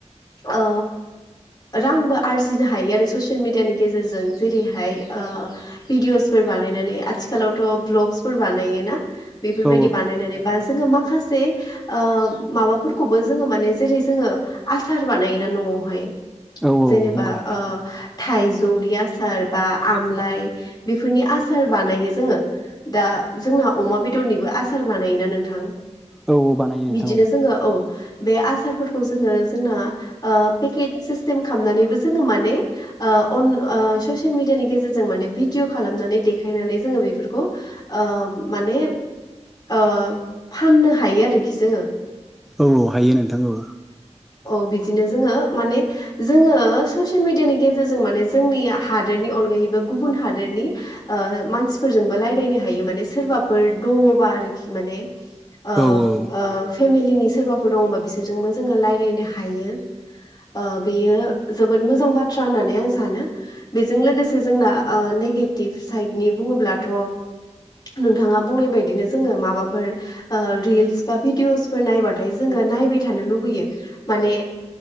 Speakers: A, on the left; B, in the centre.
A: औ। रांबो आरजिनो हायो आरो ससियेल मिडियानि गेजेरजों जेरैहाय ओ भिडिअसफोर बा बानायनानै आथिखालावथ ब्लक्स फोर बानायोना बेफोरबादि
B: औ
A: बानायनानै बा जोङो माखासे ओ माबाफोरखौबो जोङो माने जेरै जोङो आसार बानायोना न वाहाय।
B: औ। औ
A: जेनेबा
B: नंगौ
A: ओ थाइजौनि आसार बा आमलाय बेफोरनि आसार बान बानायो जोङो दा जोंना अमा बेदरनिबो आसार बानायोना नोंथां।
B: औ औ बानायो नोंथां
A: बिदिनो जोङो औ। बे आसारफोरखौ जोङो जोंना ओ पेकेट सिस्टेम खालामनानैबो जोङो माने ओ अन ओ ससियेल मिडियानि गेजेरजों माने भिडिअ खालाम नानै देखनानै जों बेफोरखौ ओ माने ओ फाननो हायो आरोखि जोङो।
B: औ औ हायो नोंथां औ।
A: औ बिदिनो जोङो माने जोङो ससियेल मिडियानि गेजेरजों माने जोंनि हादोरनि अनगायैबो गुबुन हादोरनि ओ मानसिफोरजोंबो रायज्लायनो हायो माने सोरबाफोर दङबा आरोखि माने। ओ
B: औ औ
A: ओ। फेमिलिनि सोरबाफोर दङबा बिसोरजोंबो जोङो रायलायनो हायो। ओ बेयो जोबोद मोजां बाथ्रा होननानै आं सानो बेजों लोगोसे जोंना ओ नेगे टिब साइदनि बुङोब्लाथ नोंथाङा बुंनाय बायदिनो जोङो माबाफोर ओ रिल्स बा भिडिअसफोर नायबाथाय जोङो नायबाय थानो लुबैयो माने